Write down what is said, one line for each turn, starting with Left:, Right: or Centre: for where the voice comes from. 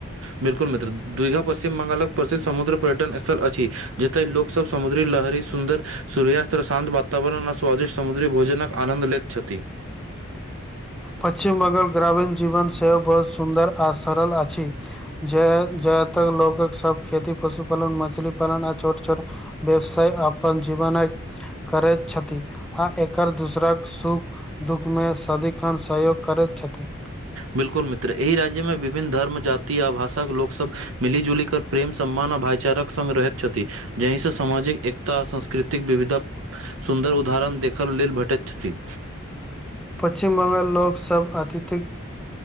Right: बिल्कुल मित्र, दुइघा पश्चिम बंगालक प्रसिद्ध समुद्र पर्यटन स्थल अछि जतऽ लोक सब समुद्री लहरी सुन्दर सूर्यास्त शान्त वातावरण आ स्वादिष्ट समुद्री भोजनक आनन्द लेैत छथि।
Centre: पश्चिम बंगाल ग्रामीण जीवन सेहो बहुत सुन्दर आ सरल अछि। जे ज्यादातर लोक सभक खेती पशुपालन, मछली पालन आ छोट छोट व्यवसाय अपन जीवनक करैत छथि आ एकर दूसराक सुख दुःख में स सदिखन सहयोग करैत छथि।
Right: बिल्कुल मित्र एहि राज्य मे विभिन्न धर्म, जाति आ भाषाक लोक सब मिली जुली कऽ प्रेम, सम्मान आ भाइचारक सङग रहैत छथि जाहिसँ सामाजिक एकता आ सांस्कृतिक विविधता सुन्दर उदाहरण देखल लेल भेटैत छथि।
Centre: पश्चिम ब्ंगाल लोक सभ अतिथिक